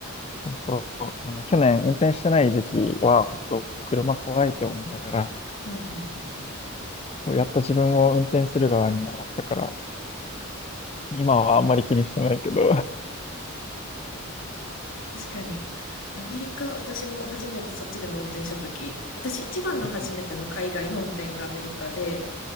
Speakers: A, on the left; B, on the left.
A: 本当、あの、去年運転してない時期は、本当、車怖いって思いながら、
B: うん、うん、うん。
A: やっと自分を運転する側になったから、今はあんまり気にしてないけど、
B: 確かに。アメリカ、私も初めてそっちでも運転したとき、私一番の初めての海外の運転がアメリカで、
A: <laughs>